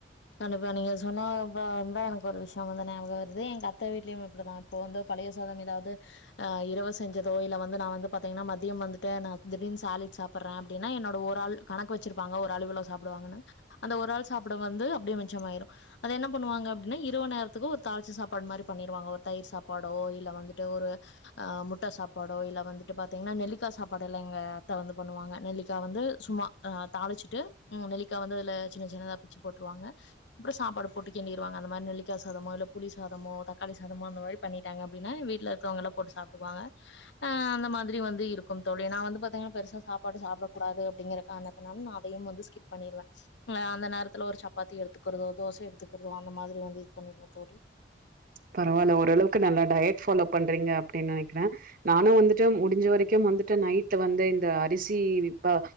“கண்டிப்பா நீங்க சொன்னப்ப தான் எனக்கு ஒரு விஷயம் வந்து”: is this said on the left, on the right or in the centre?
Left